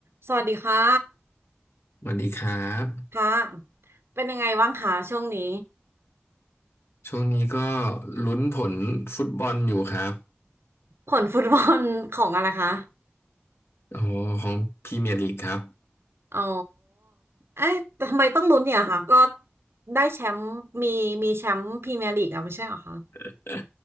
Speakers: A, on the right; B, on the left.
A: สวัสดีค่ะ
B: สวัสดีครับ
A: ค่ะเป็นยังไงบ้างคะช่วงนี้
B: ช่วงนี้ก็ลุ้นผลฟุตบอลอยู่ครับ
A: ผลฟุตบอลของอะไรคะ
B: อ๋อของพรีเมียร์ลีกครับ
A: อ๋อ เอ๊ะแต่ทำไมต้องลุ้นเนี่ยคะก็ได้แชมป์มีมีแชมป์พรีเมียร์ลีกอะไม่ใช่เหรอคะ
B: <laughs>